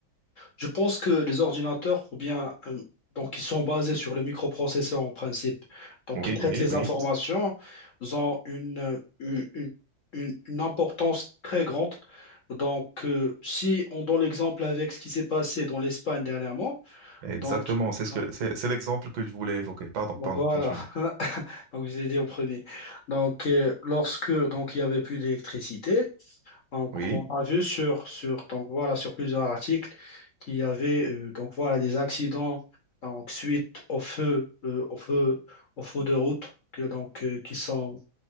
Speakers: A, on the left; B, on the right.
A: Je pense que les ordinateurs, ou bien, euh, donc, ils sont basés sur les microprocesseurs en principe. Donc,
B: Oui,
A: ils traitent
B: oui,
A: les
B: oui.
A: informations, ils ont une, euh, une, une- une- une importance très grande. Donc, euh, si on donne l'exemple avec ce qui s'est passé dans l'Espagne dernièrement,
B: Exactement.
A: donc,
B: C'est ce
A: donc,
B: que c'est c'est l'exemple que je voulais évoquer. Pardon,
A: donc
B: pardon,
A: voilà,
B: continue.
A: <laughs> donc je l'ai dit au premier. Donc, euh, lorsque donc il y avait plus d'électricité, donc,
B: Oui,
A: on a vu sur, sur, donc voilà, sur plusieurs articles qu'il y avait euh, donc voilà, des accidents donc, suite au feu, euh, au feu, au feu de route que, donc, euh, qui sont